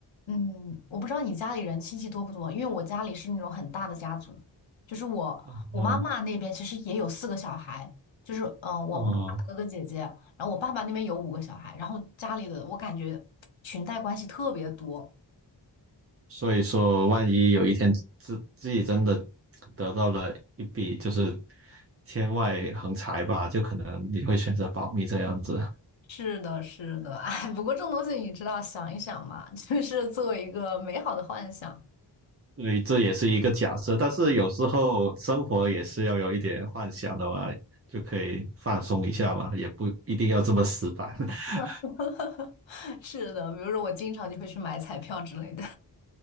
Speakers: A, on the left; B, on the right.
A: 嗯，我不知道你家里人亲戚多不多，因为我家里是那种很大的家族，就是我我妈妈那边其实也有四个小孩，
B: 哦
A: 就是嗯、呃我妈妈的哥哥姐姐，
B: 哦。
A: 然后我爸爸那边有五个小孩，然后家里的我感觉裙带关系特别多。
B: 所以说，万一有一天自自己真的得到了一笔就是天外横财吧，就可能你会选择保密这样子。
A: 是的，是的，<laughs> 哎，不过这种东西你知道，想一想嘛，<laughs> 就是作为一个美好的幻想。
B: 所以这也是一个假设，但是有时候生活也是要有一点幻想的嘛，就可以放松一下嘛，也不一定要这么死板。<laughs>
A: <laughs> 是的，比如说我经常就会去买彩票之类的。